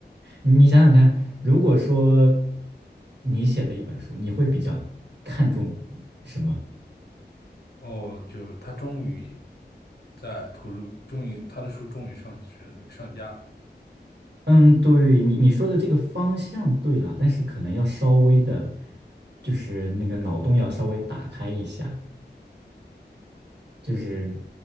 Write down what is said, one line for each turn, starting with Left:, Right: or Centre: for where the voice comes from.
Right: 你想想看，如果说你写了一本书，你会比较看重什么？
Left: 哦，就是她终于在图书，终于她的书终于上市那个上架了。
Right: 嗯，对，你你说的这个方向对了，但是可能要稍微的，就是那个脑洞要稍微打开一下，就是